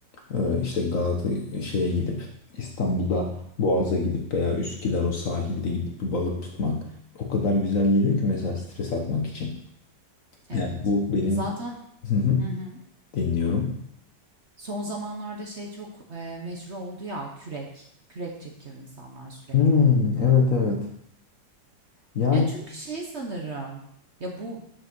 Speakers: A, on the left (about 50°); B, on the right (about 40°).
A: e, işte Galata şeye gidip İstanbul'da Boğaz'a gidip veya Üsküdar o sahilde gidip bir balık tutmak o kadar güzel geliyor ki mesela stres atmak için.
B: Evet.
A: Yani bu benim
B: Ya zaten
A: <laughs> Hı hı.
B: hı hı.
A: dinliyorum.
B: Son zamanlarda şey çok, eee, meşhur oldu ya kürek. Kürek çekiyor insanlar sürekli.
A: Hmm, evet evet. Yani
B: Ya çünkü şey sanırım. Ya bu